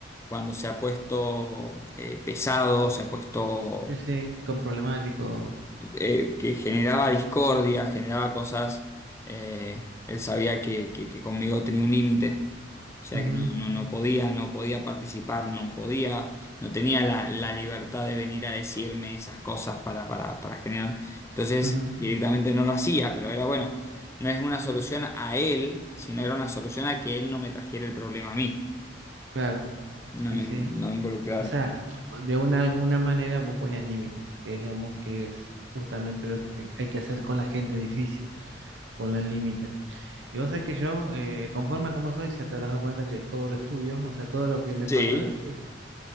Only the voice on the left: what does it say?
cuando se ha puesto eh, pesado, se ha puesto
eh, que generaba discordia, generaba cosas, eh, él sabía que, que- que conmigo tenía un límite. O sea
que no, no, no podía, no podía participar, no podía, no tenía la, la libertad de venir a decirme esas cosas para, para, para generar. Entonces,
directamente no lo hacía, pero era bueno, no es una solución a él, sino era una solución a que él no me trajera el problema a mí,
no
me,
no me involucrara.
Sí,